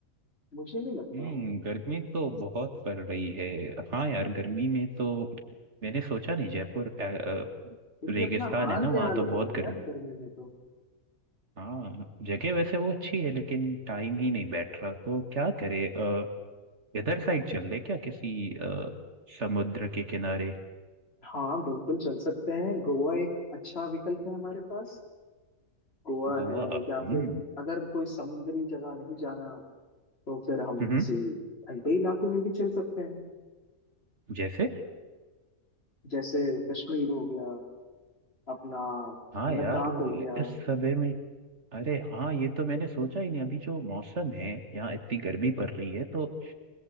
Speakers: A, on the left; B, on the right.
A: मुझे नहीं लगता
B: हम्म गर्मी तो बहुत पड़ रही है हाँ यार गर्मी में तो मैंने सोचा नहीं जयपुर अ, अ,
A: क्योंकि
B: रेगिस्तान
A: अपना हाल
B: है ना वहाँ
A: बेहाल
B: तो
A: हो जाएगा
B: बहुत गर्मी
A: यार गर्मी में तो
B: हाँ जगह वैसे वो अच्छी है लेकिन टाइम ही नहीं बैठ रहा तो क्या करे अ, इधर साइड चल ले क्या किसी अ, समुद्र के किनारे
A: हाँ बिल्कुल चल सकते हैं गोवा एक अच्छा विकल्प है हमारे पास गोवा
B: गोवा
A: है
B: हम्म
A: या फिर अगर कोई समुद्री जगह नहीं जाना तो फिर हम
B: हम्म,
A: किसी ठंडे इलाके में भी चल सकते हैं
B: जैसे
A: जैसे कश्मीर हो गया अपना
B: हाँ यार
A: लद्दाख हो गया
B: इस समय में अरे हाँ ये तो मैंने सोचा ही नहीं अभी जो मौसम है यहाँ इतनी गर्मी
A: हम्म।
B: पड़ रही है तो अ,